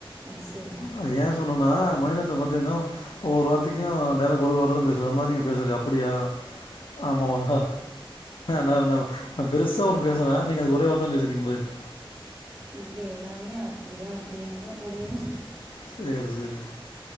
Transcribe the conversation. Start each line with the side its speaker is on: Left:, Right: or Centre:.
Right: அது செரி
Left: அது ஏ சொன்னனா மணிரெத்தினம் பாத்தீங்கன்னா ஒவ்வொரு வார்த்தைக்கும் டைலாக் ஒரு வார்த்ததா பேசுற மாரி நீங்க பேசுறீங்க அப்டியா ஆமாவா நா நா பெருசா ஒன்னு பேசுனா நீங்க அதுக்கு ஒரே வார்த்த பேசிறீங்க பதில்
Right: இங்க எல்லாமே அப்டியா அப்டியாந்தா போடுவோங்
Left: சேரி சேரிங்க